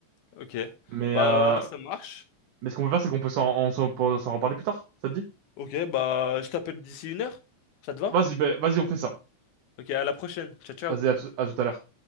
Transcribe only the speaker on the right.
Mais
euh,
mais ce qu'on peut faire, c'est qu'on peut s'en on s'en- s'en reparler plus tard. Ça te dit?
Vas-y, ben, vas-y, on fait ça.
Vas-y,
à tout à tout à l'heure.